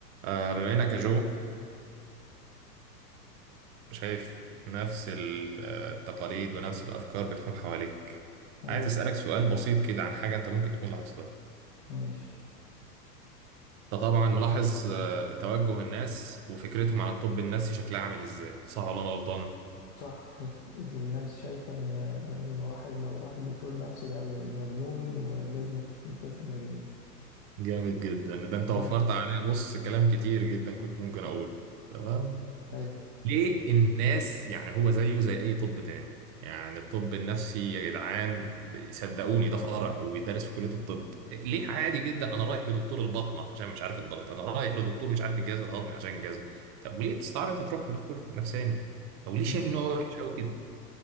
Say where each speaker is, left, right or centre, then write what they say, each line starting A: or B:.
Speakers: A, on the right (about 40°); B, on the left (about 55°).
A: آه، بما انك يا جو شايف نفس ال- آه، التقاليد ونفس الافكار بتحوم حواليك
B: حلو
A: عايز اسالك سؤال بسيط كده عن حاجه انت ممكن تكون لاحظتها
B: مش
A: انت طبعا ملاحظ آه، توجه الناس وفكرتهم عن الطب النفسي شكلها عامل ازاي صح ولا انا غلطان
B: صح الناس شايفة إن الواحد لو راح لدكتور نفسي ده ده مجنون ولازم يخش مستشفى مجانين
A: جامد جدا ده انت
B: مم.
A: وفرت عليا بص كلام كتير جدا كنت ممكن اقوله تمام
B: حلو
A: ليه الناس يعني هو زيه زي اي طب تاني يعني الطب النفسي يا جدعان صدقوني ده فرع وبيدرس في كلية الطب ليه عادي جدا انا رايح لدكتور البطنة عشان مش عارف الضغط انا رايح لدكتور مش عارف الجهاز الهضمي عشان جهاز طب وليه بتستعار انت تروح لدكتور نفساني او ليه
B: مم.
A: شايف ان هو وحش قوي كده